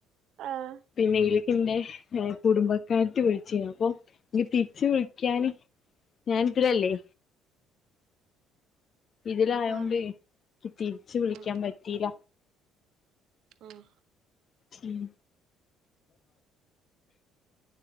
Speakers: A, on the right (about 65°); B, on the left (about 50°).
A: ആഹ്
B: തീലെക്കിന്റെ കുടുംബക്കാര്ത്തി വിൾച്ചിനു, അപ്പൊ ന്നി തിര്ച്ച് വിൾക്യാന്.. ഞാൻ തിലല്ലെ ഇതിലായോണ്ട്
A: ആഹ്
B: ക്ക് തിരിച്ച് വിളിക്കാൻ
A: ആഹ്
B: പറ്റീല്ല
A: ആഹ്
B: ഉം